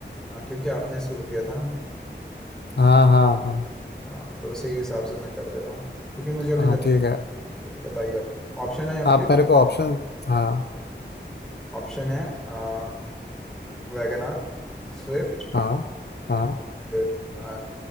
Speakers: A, in the centre; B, on the left.
A: हाँ क्योंकि आपने शुरू किया था ना
B: हाँ हाँ हाँ
A: हाँ तो उसी के हिसाब से मैं कर दे रहा हूँ क्योंकि मुझे अभी
B: हाँ ठीक है
A: बताइए आप ऑप्शन है आपके
B: आप मेरे को ऑप्शन हाँ
A: ऑप्शन है आ, वैगन आर स्विफ्ट
B: हाँ हाँ
A: फिर आ,